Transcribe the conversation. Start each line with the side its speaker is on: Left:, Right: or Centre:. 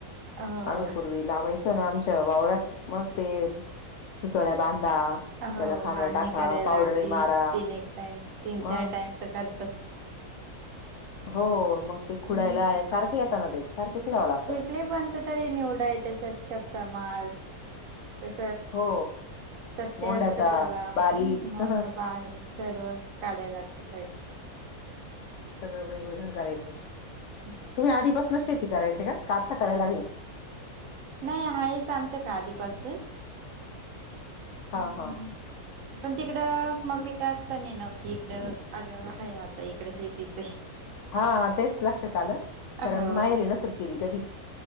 Right: हो
Left: आम्ही पूर्वी लावायचो. तन आमच्या वावरात, म ते, सुतल्या बांधा.
Right: हो
Left: त्याला खाणं
Right: बांधणी
Left: टाका
Right: कराय
Left: पावडरी
Right: लागतती,
Left: मारा
Right: तीन एक टाइम तीन
Left: मग
Right: चार टाइम तरतस
Left: हो मग ते खुडायला
Right: हम्म
Left: सारखे येत ना ते सारखे खुडावं लागतं.
Right: पल्य पाण्यात तरी निवडा हाय त्याच्यात कच्चा माल. कस
Left: हो
Right: सत्य
Left: मोंड्याचा
Right: असत त्याला हम्म
Left: बारीक
Right: मोंडा बार ये. सर्व, काढाय लागत <unintelligible>
Left: सगळं वेगळवेगळं करायचं.
Right: <inaudible>
Left: तुम्ही आधीपासनच शेती करायची का आता कराय लागलय?
Right: नाही आहेच आमच्या का आधीपासून.
Left: हा
Right: हम्म
Left: हा.
Right: पण तिकडं मम्मी काय असता ना नव्हती इकड आलं आहे आता इकड शेतीच
Left: हा तेच लक्षात आलं, कारण
Right: हो
Left: माहेरी नसल केली कधी?